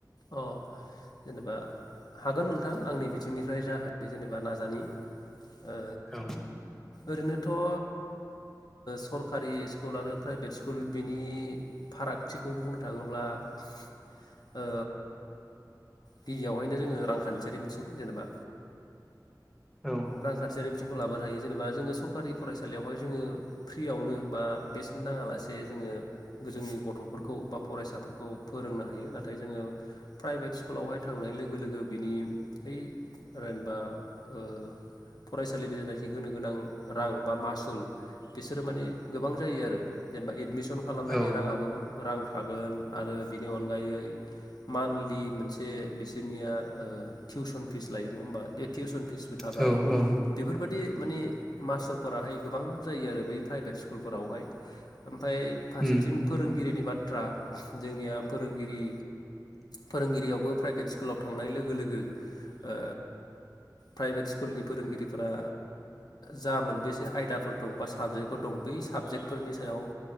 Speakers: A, on the left; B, in the centre.
A: अ जेनेबा हागोन नोंथां आंनि बि थिंनिफ्राय जा हायो जेनेबा नाज दानि ओ
B: औ।
A: ओरैनोथ' ओ सरकारि स्कुल आरो प्राइभेट स्कुल बिनि फारागथिखौ बुंनो थाङोब्ला ओ गिबियावहायनो जोङो रांखान्थियारि बिथिं जेनेबा
B: औ
A: रांखान्थियारि बि थिंखौ लाबोनो हायो जेनेबा जोङो सरकारि फरायसालियावहाय जोङो फ्रियावनो बा बेसेन नाङालासे जोङो जोंनि गथ'फोरखौ बा फरायसाफोरखौ फोरोंनो हायो नाथाय जोङो प्राइभेट स्कुलावहाय थांनाय लोगो लोगो बिनि ‌ओइ रेनबा ओ फरायसालिनि जेनाखि होनो गोनां रां बा मासुल बिसोरो माने गोबां जायो आरो जेनेबा ए डमिसन खालामनायनि
B: औ
A: राङाबो रां थागोन आरो बिनि अनगायै मान्थलि मोनसे बिसोरनिया ओ टिउसन फिस लायो नङा होमबा बे टिउसन फिस थाबाय
B: औ औ
A: बेफोरबादि माने मासुलफोराहाय गोबां जायो आरो बै प्राइभेट स्कुलफोरावहाय ओम फाय फारसेथिं
B: उम
A: फोरों गिरिनि बाथ्रा जोंनिया फोरोंगिरि फोरोंगिरियावबो प्राइभेट स्कुलाव थांनाय लोगो लोगो ओ प्राइभेट स्कुलनि फोरोंगिरिफोरा जा मोनबेसे आयदाफोर दं बा साबजेक्टफोर दं बै साबजेक्टफोरनि सायाव